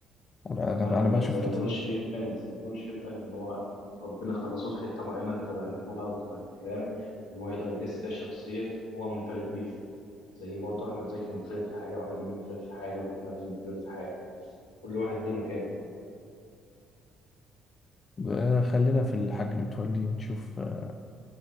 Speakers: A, on the left; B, on the left.
A: انا انا
B: ما انا بقول
A: أنا بشوف
B: لك زي ما
A: كده
B: نور الشريف قال زي ما نور الشريف قال ان هو ربنا خصصه في حته معينه تبع اللغه وتبع الكلام وان هو يقدر يجسد اي شخصيه هو منفرد بيها زي برضه احمد زكي منفرد في حاجه وعادل امام منفرد في حاجه ومحمد عزيز منفرد في حاجه كل واحد ليه مكانه
A: آه، خلينا في الحاج متولي نشوف آه،